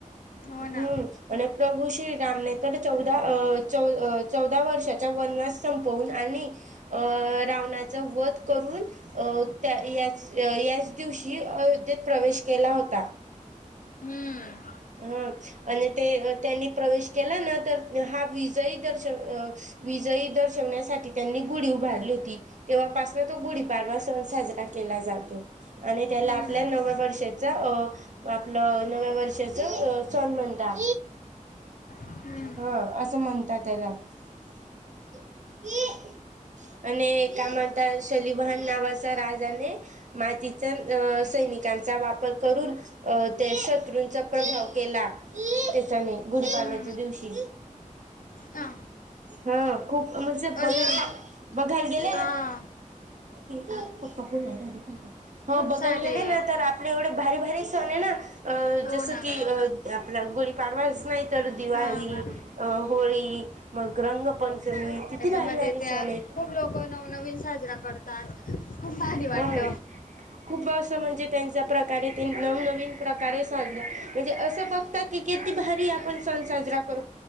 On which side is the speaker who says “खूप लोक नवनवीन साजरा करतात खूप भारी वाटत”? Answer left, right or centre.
Left